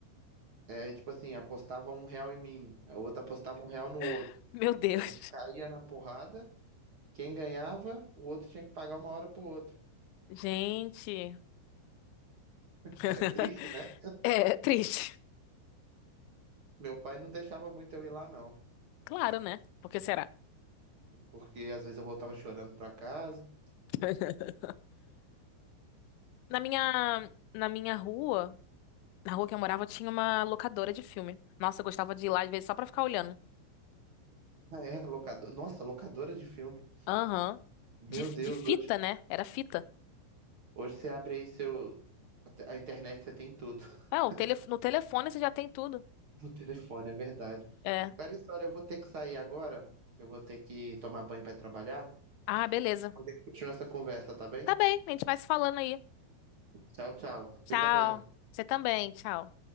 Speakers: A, on the right; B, on the left.
A: É, e tipo assim, apostava um real em mim, a outra apostava um real no outro.
B: <laughs> Meu Deus.
A: A gente caía na porrada, quem ganhava, o outro tinha que pagar uma hora pro outro. <laughs>
B: Gente. <laughs>
A: É triste, né?
B: É triste.
A: Meu pai não deixava muito eu ir lá, não,
B: Claro, né? Por que será?
A: porque às vezes eu voltava chorando pra casa.
B: <laughs> Na minha, na minha rua. Na rua que eu morava tinha uma locadora de filme. Nossa, eu gostava de ir lá às vezes só pra ficar olhando.
A: Ah, É, locador, Nossa, locadora de filme.
B: Aham.
A: Meu
B: De,
A: Deus,
B: de fita,
A: hoje,
B: né? Era fita.
A: hoje você abre aí seu. A internet você tem tudo. <laughs>
B: É, o tele, no telefone você já tem tudo.
A: O telefone, é verdade.
B: É.
A: Clarissa, história eu vou ter que sair agora, que eu vou ter que tomar banho para trabalhar.
B: Ah, beleza.
A: A gente continua essa conversa, tá bem?
B: Tá bem, a gente vai se falando aí.
A: Tchau, tchau.
B: Tchau.
A: Fica bem.
B: Você também, tchau.